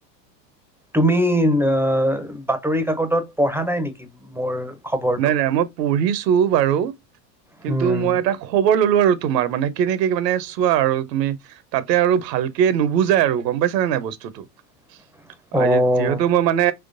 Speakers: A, in the centre; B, on the right.
A: তুমি অ'বাতৰি কাকতত পঢ়া নাই নেকি মোৰ খবৰটো
B: নাই, নাই মই পঢ়িছো বাৰু
A: হুম,
B: কিন্তু মই এটা খবৰ ল'লো আৰু তোমাৰ মানে কেনেকে মানে চোৱা আৰু তুমি তাতে আৰু ভালকে নুবুজাই আৰু গম পাইছা নে নাই বস্তুটো?
A: <inaudible>
B: <unintelligible>
A: অঁ
B: যিহেতু মই মানে